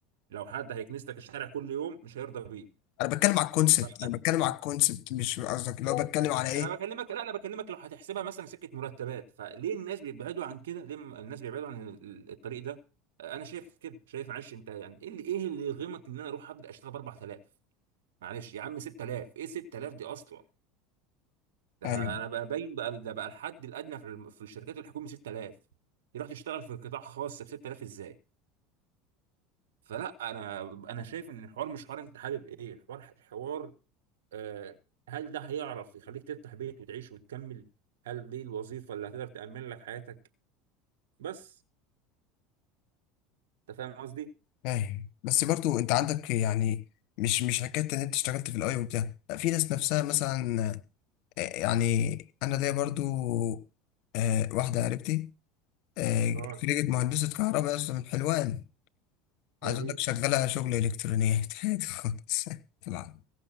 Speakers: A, on the right; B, on the left.
A: لو حد هيكنس لك الشارع كل يوم مش هيرضى بيه
B: انا بتكلم على الكونسبت
A: فانا
B: انا بتكلم على الكونسبت مش قصدك اللي هو بتكلم على ايه
A: انا بكلمك لا انا بكلمك لو هتحسبها مثلا سكه مرتبات فليه الناس بيبعدوا عن كده ليه م- الناس بيبعدوا عن ال- الطريق ده انا شايف كده شايف معلش انت يعني ايه اللي ايه اللي يغمك ان انا اروح ابدا اشتغل ب 4000 معلش يا عم 6000 ايه 6000 دي اصلا ده
B: ايوه
A: انا بقى باين بقى ده بقى الحد الادنى في الم- في الشركات الحكوميه 6000 تروح تشتغل في قطاع خاص ب 6000 ازاي فلا انا انا شايف ان الحوار مش حوار انت حابب ايه الحوار حوار آه، هل ده هيعرف يخليك تفتح بيت وتعيش وتكمل هل دي الوظيفة اللي هتقدر تأمن لك حياتك بس انت فاهم قصدي
B: فاهم بس برضو انت عندك يعني مش مش حكايه ان انت اشتغلت في الاي وبتاع لا في ناس نفسها مثلا آه، يعني انا ليا برضو آه، واحده قريبتي آه،
A: اه
B: خريجة مهندسة كهرباء أصلا من حلوان عايز
A: جميل
B: أقول لك شغالة شغل إلكترونيات <laughs> عادي خالص طبعا